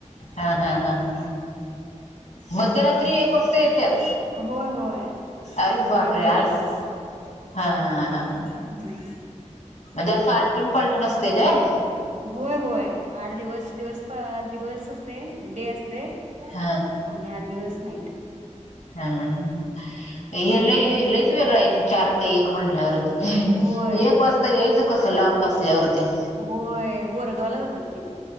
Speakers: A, on the left; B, on the right.
A: हा हा हा ह मध्यरात्री एक वाजता येत्यात,
B: होय होय.
A: अरे बापरे
B: आठ दिवस
A: अर्ध्या हा हा हा
B: <inaudible>
A: म्हणजे अस आलटून पलटून असते काय.
B: होय -होय आठ दिवस -दिवस दिवस असते डे असते.
A: हा
B: आणि आठ दिवस नाईट.
A: हम. हे लय च वेगळ आहे की चार ते एक म्हणल्यावर एक
B: होय.
A: वाजता यायच कस लांब असल्यावर ते
B: होय बोरगावला जातात ते.